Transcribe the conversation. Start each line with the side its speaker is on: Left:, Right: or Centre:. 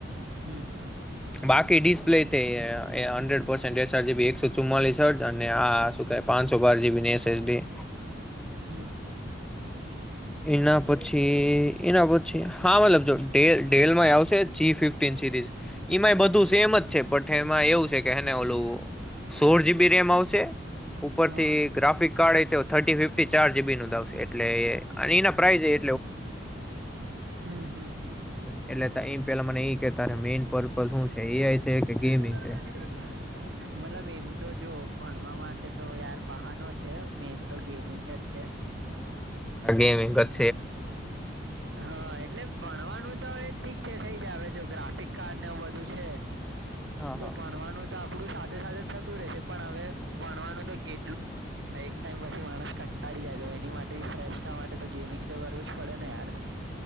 Right: હમ હમ
Centre: બાકી ડિસ્પ્લે થઈ એ અ હન્ડ્રેડ પર્સેન્ટ એસઆર જીબી એકસો ચુમ્માલીસઅડ અને આ શું કે પાનસો બાર જીબી વીએસ એચ ડી
Right: હમ
Centre: એના છે એના પાછી હાવ લખજો ટે ડેલમાંય આવશે જી ફિફ્ટન સિરીઝ ઈમાંય બધું સેમ જ છે પઠે એમાં એવું છે કે હેને ઓલું સોળ જીબી રેમ આવશે ઉપરથી
Right: હા
Centre: ગ્રાફિક કાર્ડ તો થર્ટી ફિફ્ટી ચાર જીબી નો આવશે એટલે અને એના પ્રાઈઝ એ
Right: હમ હમ હમ
Centre: એટલે એ પેલા મને ઈ કે ત મેઈન પર્પસ હું છે એઆઈ
Right: <unintelligible>
Centre: છે કે ગેમિંગ
Right: મતલબ એમ તો જો ભણવા માટે તો યાર બહાનો છે મેન તો ગેમિંગ જ છે
Centre: ગેમિંગ ક
Right: હા એટલે ભણવાનું તો હવે થી છે ઈ છે જો ગ્રાફિક કાર્ડ ને બધું છે
Centre: હા હા
Right: તો ભણવાનું તો આપડું સાથે સાથે થતું રહેશે પણ હવે ભણવાનું તો કેટલું એક ટાઈમ પછી માણસ કંટાળી જાય તો એની માટે ફ્રેશ થવા માટે તો ગેમિંગ તો કરવું જ પડે ને યાર